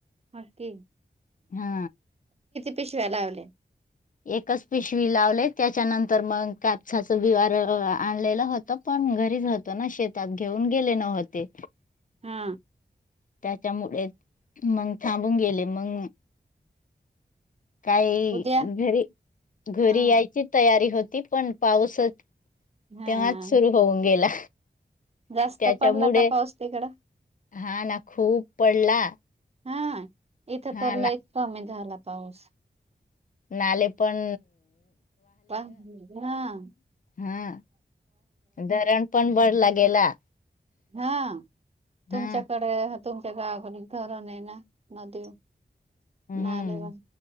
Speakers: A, on the right (about 35°); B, on the left (about 50°).
A: हा तेे
B: हा
A: पिशव्या लावले
B: एकच पिशवी लावलेत त्याच्यानंतर मग कापसाचं बिवार आणलेलं होतं पण घरीच होतो ना शेतात घेऊन गेले नव्हते.
A: हा
B: त्याच्यामुळे मग थांबून गेले मग काही
A: उद्या
B: घरी घरी
A: हा
B: यायची तयारी होती पण पाऊसच!
A: हा
B: तेव्हाच
A: ना
B: सुरू होऊन गेला
A: जास्त
B: त्याच्यामुळे
A: पडला का पाऊस तिकडं
B: हा ना खूप पडला
A: हा इथं
B: हा
A: तर
B: ना
A: लय एक कमी झाला पाऊस
B: नाले पण
A: पा <unintelligible>
B: हा धरण पण भरला गेला.
A: हा तुमच्याकडे
B: हां.
A: तुमच्या गावाकडे धरण आहे ना नदी
B: हं.
A: नालेवर